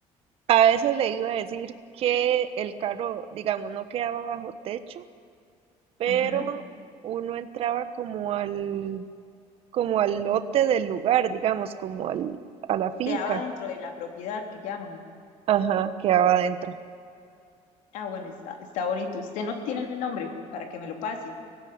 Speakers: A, on the right; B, on the left.
A: a eso le iba a decir que el carro, digamos, no quedaba bajo techo, pero
B: Ujú.
A: uno entraba como al, como al lote del lugar, digamos, como al, a la finca.
B: Quedaba dentro de la propiedad que llaman.
A: Ajá, quedaba adentro.
B: Ah, bueno, está, está bonito. Usted no tiene el nombre para que me lo pase.